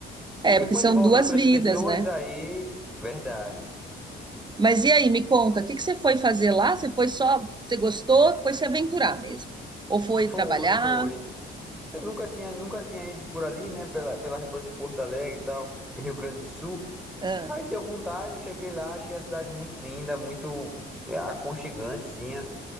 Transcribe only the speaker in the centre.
Porque
quando
envolve
outras
pessoas,
aí. Verdade.
Foi,
foi. Eu nunca tinha, nunca tinha ido por ali, né? Pela, pela banda de Porto Alegre e tal, em Rio Grande do Sul.
Aí deu vontade, eu cheguei lá, achei a cidade muito linda, muito é, aconchegantezinha.